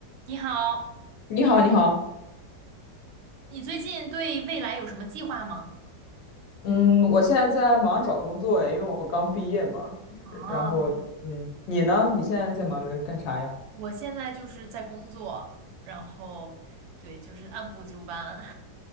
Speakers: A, on the right (about 85°); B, on the left (about 75°).
A: 你好，
B: 你好，你好，
A: 你最近对未来有什么计划吗？
B: 嗯，我现在在忙找工作诶，因为我刚毕业嘛。
A: 啊，
B: 然后，嗯，你呢？你现在在忙着干啥呀？
A: 我现在就是在工作，然后对，就是按部就班。